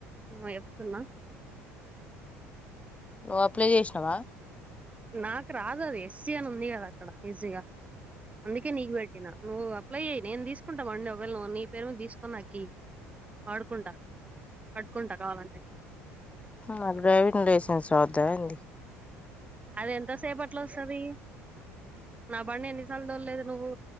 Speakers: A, on the right; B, on the left.
A: మేమో చెప్తున్నా
B: నువ్వు అప్లై చేసినావా
A: నాకు రాదు అది ఎస్సీ అని ఉంది కద అక్కడ ఈజీగా అందుకే నీక్ పెట్టినా నువ్వు అప్లై చేయ్యి నేను తీసుకుంటా బండి ఒకవేళ నువ్వు నీ పేరు మీ తీసుకోని నాకి యి వాడుకుంటా పట్టుకుంటా కావాలంటే
B: మాకు డ్రైవింగ్ లైసెన్స్ వద్ద అండి
A: అది ఎంతసేపట్లో ఒస్తది నా బండి ఎన్నిసార్లు దొల్లేదు నువ్వు